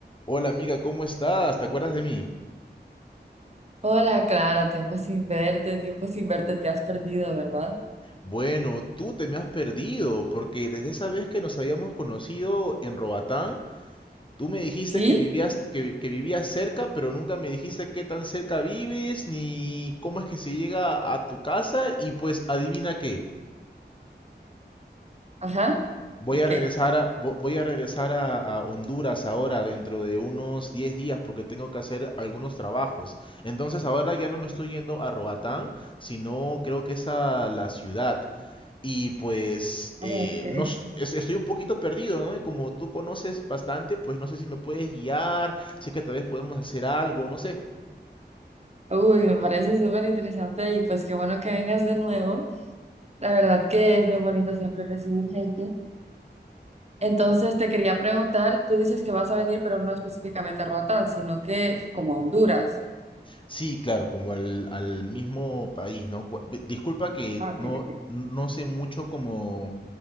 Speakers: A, on the left (about 30°); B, on the right (about 35°).
A: Hola amiga, ¿cómo estás? ¿Te acuerdas de mí?
B: Hola, Clara, tiempo sin verte, tiempo sin verte, te has perdido, ¿verdad?
A: Bueno, tú te me has perdido, porque desde esa vez que nos habíamos conocido en Robatán, tú me dijiste
B: ¿Sí?
A: que vivías, que, que vivías cerca, pero nunca me dijiste qué tan cerca vives, ni cómo es que se llega a tu casa, y pues adivina qué,
B: Ajá.
A: voy
B: Ok.
A: a regresar a, vo- voy a regresar a, a Honduras ahora dentro de unos 10 días, porque tengo que hacer algunos trabajos. Entonces ahora ya no me estoy yendo a Roatán, sino creo que es a la ciudad. Y pues
B: Ah,
A: eh,
B: ok.
A: no s- es- estoy un poquito perdido, ¿no? Y como tú conoces bastante, pues no sé si me puedes guiar, sé que tal vez podemos hacer algo, no sé.
B: Uy, me parece súper interesante y pues qué bueno que vengas de nuevo. La verdad que es bien bonito siempre recibir gente. Entonces te quería preguntar, tú dices que vas a venir, pero no específicamente a Roatán, sino que como a Honduras.
A: Sí, claro, como al, al mismo país, ¿no? Cu- ve- Disculpa que
B: Ah, ok,
A: no,
B: ok.
A: no sé mucho como,